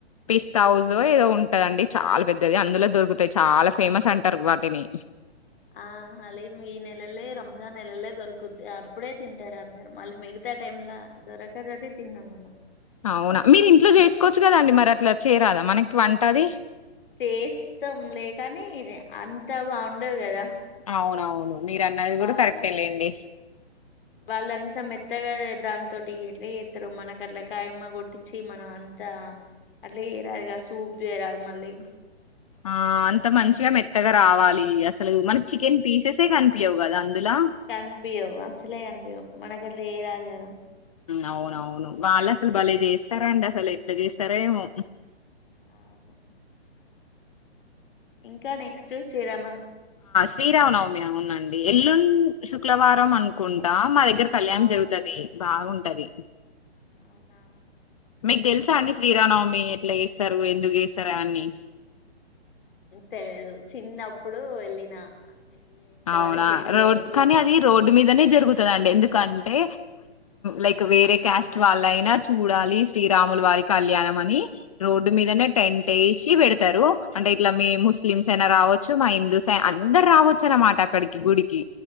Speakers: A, on the left; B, on the left.
A: పిస్తా హౌజ ఏదో ఉంటదండి చాలా పెద్ద ది అందులో దొరుకుతాయి చాలా ఫేమస్ అంటారు వాటిని
B: ఆ హలీమ్ ఈ నెలలే రంజాన్ నెలలే దొరకుద్ది అప్పుడే తింటారు అందరూ మళ్ళీ మిగతా టైమ్లా దొరకదు అది తిన్నాము
A: అవునా మీరు ఇంట్లో చేసుకోవచ్చు కదండి మరి అట్లా చేరాదా మనకి వంట ఆది
B: చేస్తాం లేకని అంత బాగుండదు కదా
A: అవునువను మీరు అన్నది
B: వాళ్ళు
A: కూడా కరెక్టే లేండి
B: వాళ్ళంతా మెత్తగా దాని తటి ఎట్లే చేస్తారు మనకు అట్లా కాయమ్మ కొట్టించి మనం అంతా అట్లా చేరాదు క సూప్ చేరాదు మళ్ళీ
A: ఆ అంత మంచిగా మెత్తగా రావాలి అస మనక్ చికెన్ పీసెసే కను యోగాద అందులా
B: కన్పియవు అసలే కన్పియవు మనకు అట్లా చేయరాదు కదా
A: అవునవును వాళ్ళు అసలు భలే చేస్తారా అండి అసలు ఎట్లా చేస్తారా ఏమో
B: అవును ఇంకా నెక్స్ట్ శ్రీరామన్
A: శ్రీరావనవమి ఉందండి ఎల్లుండి శుక్లవారం అనుకుంటా మా దగగర దగ్గర కళ్యాణం
B: అవును
A: జరుగుతుది బాగుంటది
B: అవునా
A: మీకు తెలుసా అండి శ్రీరామానవమి ఎట్లా చేస్తారు ఎందుకు చేస్తారు అన్ని
B: తెలిదు చిన్నప్పుడు వెళ్ళిన ఇక ఇంతవరకు
A: అవునా
B: వెళ్ళలే
A: రోడ్
B: ఎప్పుడు
A: కానీ అది రోడ్డు మీదనే జరుగుతు ఆండీ ఎందుకంటే లైక్ వేరే క్యాస్ట్ వాళ్ళయినా చూడాలి శ్రీరాములు వారి కళ్యాణం అని రోడ్డు మీదనే టెంట్ వేసి పెడతారు అంటే ఇట్లా మీ ముస్లిమ్స్ అయినా రావచ్చు మా హిందూస్ అయి అందరు రావచ్చు అన్నమాట అక్కడికి గుడికి